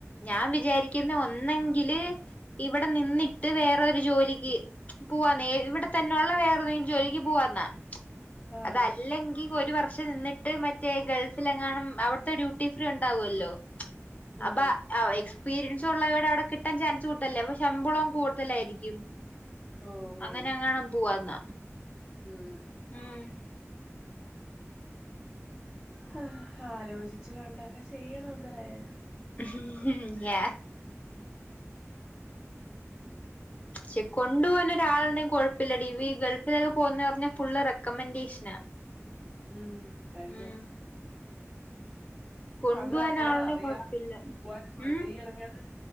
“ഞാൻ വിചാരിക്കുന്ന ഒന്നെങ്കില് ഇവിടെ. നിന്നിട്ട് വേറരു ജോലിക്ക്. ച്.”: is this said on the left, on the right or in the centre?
Left